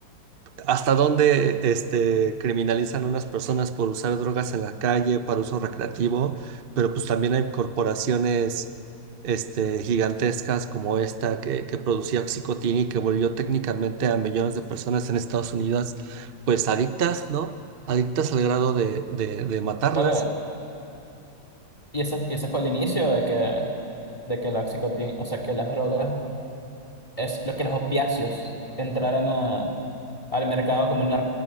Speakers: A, on the right; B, on the left.
A: ¿Hasta dónde este, criminalizan a unas personas por usar drogas en la calle para uso recreativo? Pero pues también hay corporaciones este, gigantescas como esta que, que producía oxicotina y que volvió técnicamente a millones de personas en Estados Unidos pues adictas, ¿no? Adictas al grado de, de, de matarlas.
B: Claro, Y ese, y ese fue el inicio de que, de que la oxicoti- o sea, que las drogas, es lo que los opiáceos entraran a- al mercado como una